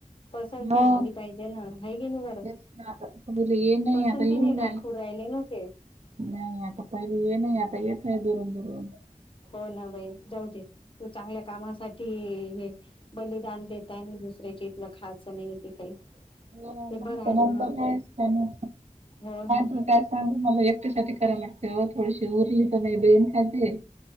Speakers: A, on the left (about 40°); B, on the right (about 55°).
A: पसंती
B: हो
A: झाली पाहिजे ना ह गे ना बर
B: तेच ना आता पहिले ये नाही
A: पसंती
B: आता येऊन
A: नाही दाखव राहिले ना. ते.
B: नाही आता पहिली ये नाही आता येतय दुरून दुरून.
A: हो ना बाई जाऊ दे तू चांगल्या कामासाठी हे बलिदान देताय ना दुसऱ्याची इथलं खायचं नाहीेते काही.
B: हो
A: ते
B: मग
A: बरं आहे
B: त्या
A: ना
B: नंतरच का म
A: मग
B: त का <unintelligible> सां मला एकट्यासाठी कराव लागते हो थोडीशी उरी तर म बेन खायतेे.